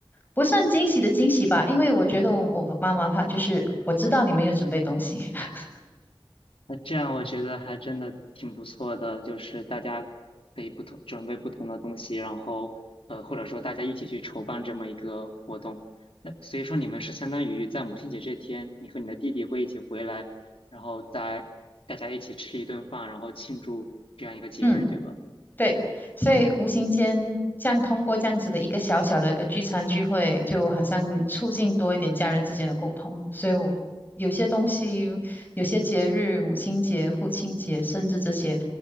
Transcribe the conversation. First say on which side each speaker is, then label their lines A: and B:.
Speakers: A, on the left; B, on the left.
A: 不算惊喜的惊喜吧，因为我觉得我我妈妈她就是我知道你们有准备东西，<laughs>
B: 那这样我觉得还真的挺不错的，就是大家可以不同准备不同的东西，然后呃，或者说大家一起去筹办这么一个活动。那所以说你们是相当于在母亲节这天，你和你的弟弟会一起回来，然后在大家一起吃一顿饭，然后庆祝这样一个节日，
A: 嗯，
B: 对吧？
A: 对，所以无形间这样通过这样子的一个小小的一个聚餐聚会，就好像促进多一点家人之间的沟通，所以我有些东西，有些节日，母亲节、父亲节，甚至这些。